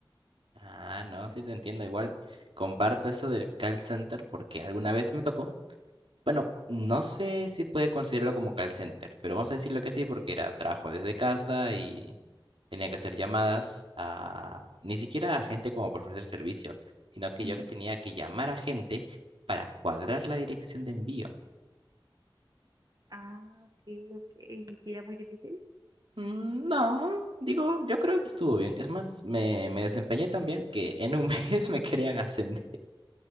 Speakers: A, on the right; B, on the right.
A: Ah, no, sí te entiendo. Igual comparto eso del call center porque alguna vez me tocó. Bueno, no sé si puede considerarlo como call center, pero vamos a decirlo que sí porque era trabajo desde casa y tenía que hacer llamadas a ni siquiera a gente como para ofrecer servicio, sino que
B: Ujú.
A: yo que tenía que llamar a gente para cuadrar la dirección de envío.
B: Ah, ok, ok. ¿Y si era muy difícil?
A: Mm, No, digo, yo creo que estuvo bien. Es más, me, me desempeñé tan bien que en un <laughs> mes me querían ascender.